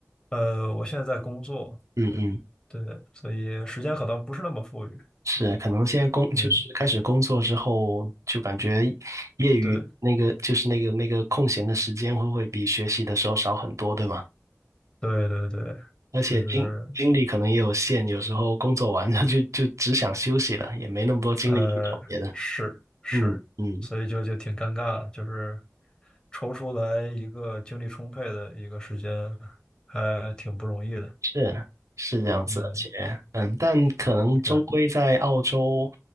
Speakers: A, on the left; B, on the right.
A: 呃，我现在在工作，
B: 嗯嗯，
A: 对，所以时间可能不是那么富裕。
B: 是，可能现在工就是开始工作之后，
A: 嗯，
B: 就感觉业余那个就是那个那个空闲的时间会不会比学习的时候少很多，
A: 对，
B: 对吗？
A: 对对对，
B: 而且精精力可能也有限，
A: 就是
B: 有时候工作完 <laughs> 了就就只想休息了，也没那么多精力去搞别的。
A: 呃，是是，
B: 嗯嗯。
A: 所以就就挺尴尬，的，就是抽出来一个精力充沛的一个时间，还挺不容易的。
B: 是是这样子，
A: 嗯，
B: 而且嗯，但可能终归在澳洲
A: 是，